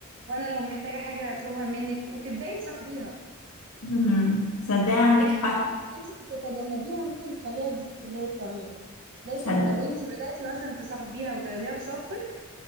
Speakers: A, on the right (about 55°); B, on the left (about 80°).
A: وانا لو محتاجه حاجه هطلبها منك وتبداي تصاحبيها
B: امم صدقي عندك
A: يعني فكره
B: حق
A: ان انت بتتجنبيها ممكن تخليها تزيد في اللي هي بتعمله لكن
B: صد-
A: لو انت بداتي مثلا تصاحبيها وتاخديها في صفك